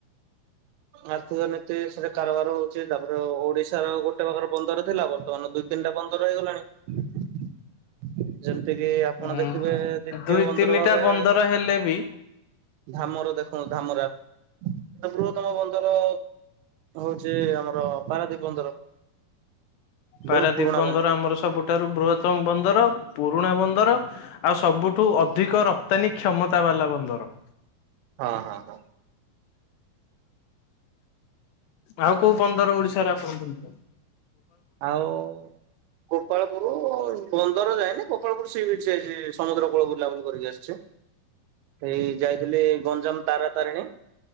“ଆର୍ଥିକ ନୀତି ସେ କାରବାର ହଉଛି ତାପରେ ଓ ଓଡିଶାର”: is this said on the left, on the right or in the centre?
Right